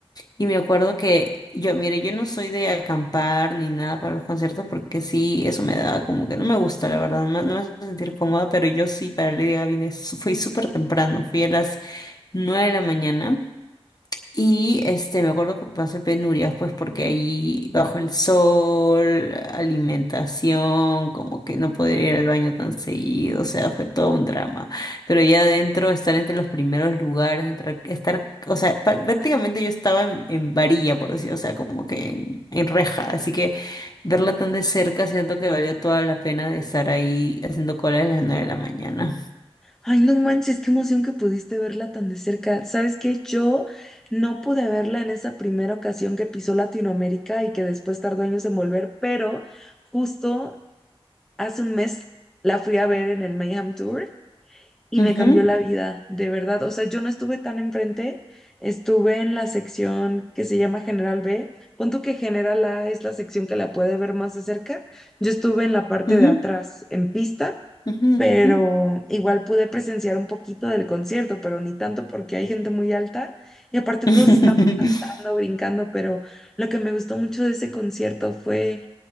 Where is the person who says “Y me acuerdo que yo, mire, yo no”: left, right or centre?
Left